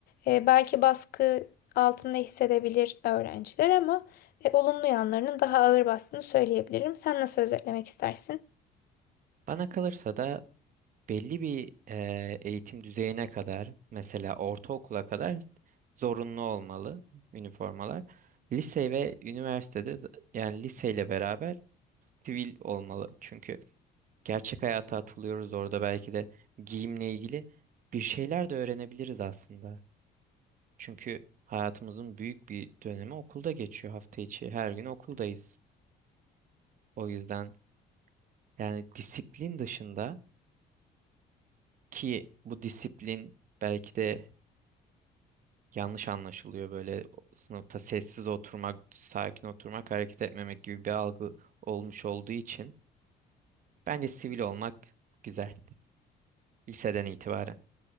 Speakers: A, on the left (about 65°); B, on the right (about 50°).
A: Ee, belki baskı altında hissedebilir öğrenciler ama e, olumlu yanlarının daha ağır bastığını söyleyebilirim. Sen nasıl özetlemek istersin?
B: Bana kalırsa da belli bir eee, eğitim düzeyine kadar mesela ortaokula kadar zorunlu olmalı üniformalar. Lise ve üniversitede z- yani liseyle beraber sivil olmalı. Çünkü gerçek hayata atılıyoruz orada belki de giyimle ilgili bir şeyler de öğrenebiliriz aslında. Çünkü hayatımızın büyük bir dönemi okulda geçiyor hafta içi. Her gün okuldayız. O yüzden yani disiplin dışında ki bu disiplin belki de yanlış anlaşılıyor böyle sınıfta sessiz oturmak, sakin oturmak, hareket etmemek gibi bir algı olmuş olduğu için bence sivil olmak güzel liseden itibaren.